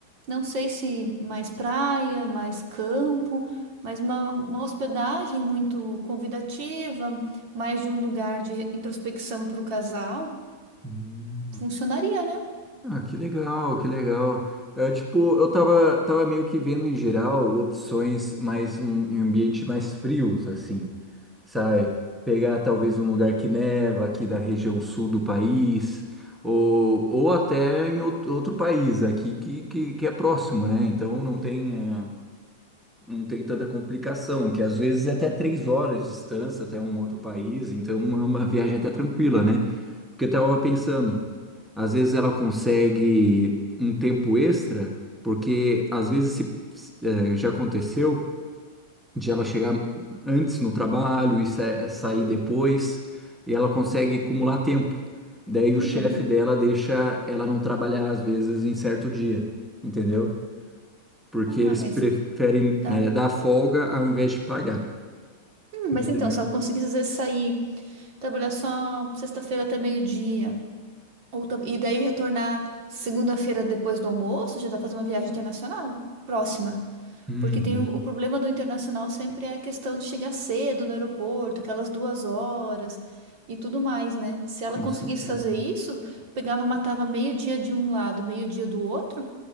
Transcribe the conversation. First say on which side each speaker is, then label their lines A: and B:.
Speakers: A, on the right; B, in the centre.
A: não sei se mais praia, mais campo, mas uma, uma hospedagem muito convidativa, mais de um lugar de introspecção para o casal,
B: Hum.
A: funcionaria, né?
B: Ah, que legal, que legal. É, tipo, eu tava, tava meio que vendo em geral opções mais um, em ambientes mais frios, assim. sai, pegar talvez um lugar que neva aqui da região sul do país, ou, ou até em out- outro país aqui que, que, que é próximo, né? Então não tem, eh, não tem tanta complicação, que às vezes é até três horas de distância até um outro país, então é uma viagem até tranquila, né? Porque eu tava pensando, às vezes ela consegue um tempo extra, porque às vezes se, se- eh, já aconteceu de ela chegar antes no trabalho e sa- sair depois, e ela consegue acumular tempo. Daí o
A: Uhum.
B: chefe dela deixa ela não trabalhar às vezes em certo dia, entendeu? Porque
A: Ah,
B: eles
A: mas
B: preferem
A: tá.
B: eh, dar folga ao invés de pagar.
A: Hum,
B: Entendeu?
A: mas então, se ela conseguisse às vezes sair, trabalhar só sexta-feira até meio-dia, ou ta- e daí retornar segunda-feira depois do almoço, já dá pra fazer uma viagem internacional próxima.
B: Uhum,
A: Porque tem o, o problema do internacional sempre é a questão de chegar cedo no aeroporto, aquelas duas horas e tudo mais, né? Se ela
B: com
A: conseguisse
B: certeza.
A: fazer isso, pegava, matava meio-dia de um lado, meio-dia do outro,